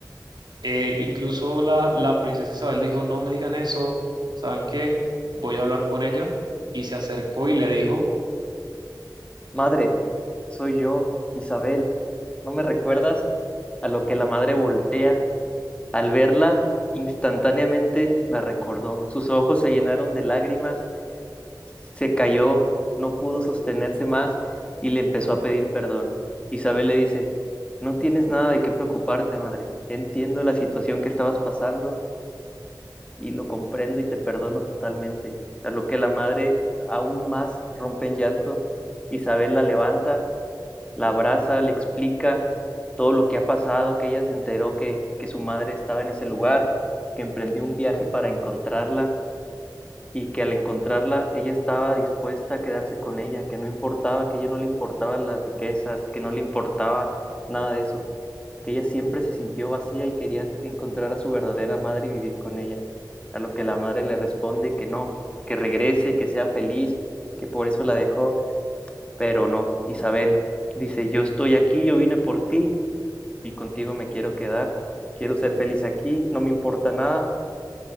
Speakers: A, on the right; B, on the left.
A: Eh, incluso la, la princesa Isabel dijo, no me digan eso, ¿saben qué? Voy a hablar con ella y se acercó y le dijo
B: Madre, soy yo, Isabel. ¿No me recuerdas? A lo que la madre voltea. Al verla, instantáneamente la recordó. Sus ojos se llenaron de lágrimas, se cayó, no pudo sostenerse más y le empezó a pedir perdón. Isabel le dice, No tienes nada de qué preocuparte, madre. Entiendo la situación que estabas pasando y lo comprendo y te perdono totalmente. A lo que la madre aún más rompe en llanto, Isabel la levanta, la abraza, le explica todo lo que ha pasado, que ella se enteró que, que su madre estaba en ese lugar, que emprendió un viaje para encontrarla y que al encontrarla ella estaba dispuesta a quedarse con ella, que no importaba, que a ella no le importaban las riquezas, que no le importaba nada de eso, que ella siempre se sintió vacía y quería encontrar a su verdadera madre y vivir con ella, a lo que la madre le responde que no, que regrese, que sea feliz, que por eso la dejó, pero no, Isabel dice, yo estoy aquí, yo vine por ti y contigo me quiero quedar, quiero ser feliz aquí, no me importa nada